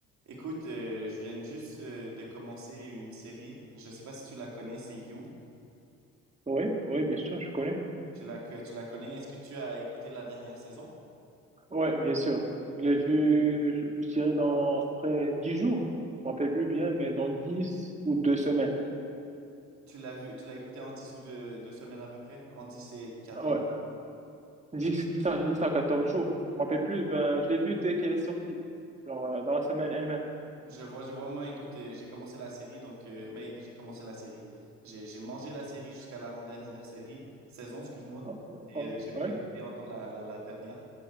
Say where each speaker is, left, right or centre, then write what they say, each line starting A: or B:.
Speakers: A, on the right; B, on the right.
A: Écoute, euh, je viens juste euh, de commencer une série. Je sais pas si tu la connais, c'est You.
B: Oui, oui, bien sûr, je connais.
A: Tu la, que- tu la connais? Est-ce que tu as écouté la dernière saison?
B: Ouais, bien sûr. Je l'ai vu, je, je dirais, dans à peu près 10 jours. Je me rappelle plus bien, mais dans 10 ou 2 semaines.
A: Tu l'as vu, tu l'as écouté en 10 ou deux, deux semaines à peu près? En dix, et quatorze.
B: Ah Ouais, dix, dix à, dix à 14 jours. Je me rappelle plus, ben, je l'ai vu dès qu'elle est sortie. Genre, euh, dans la semaine elle-même.
A: Je vois, je vois, moi, écoute, euh, j'ai commencé la série, donc, euh, mais j'ai commencé la série. J'ai, j'ai mangé la série jusqu'à l'avant-dernière série, saison, excuse-moi.
B: Ouais, ouais,
A: Et euh, j'ai pas
B: ouais.
A: écouté encore la, la, la dernière.